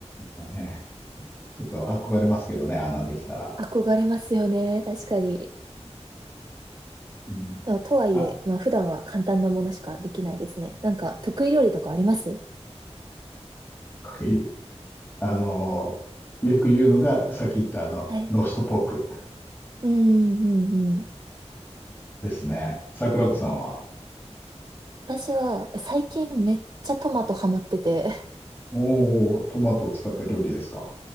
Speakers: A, on the left; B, on the right.
A: だね、ちょっと憧れますけどね、あんなできたら。
B: 憧れますよね。確かに。
A: うん
B: あとはいえ、
A: あ、
B: まあ普段は簡単なものしかできないですね。なんか得意料理とかあります
A: いあの、よく言うのが、さっき言ったあの、
B: はい。
A: ロストポーク
B: うんうんうん。
A: ですね。桜子さんは、
B: 私は最近めっちゃトマトハマってて。<laughs>
A: おー、トマトを使った料理ですか。